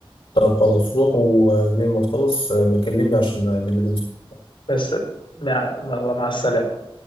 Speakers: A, on the left; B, on the left.
A: طب خلاص روح ولما تخلص آه، بكلمني عشان آه، نبقى ننزل
B: بس مع مع مع السلامة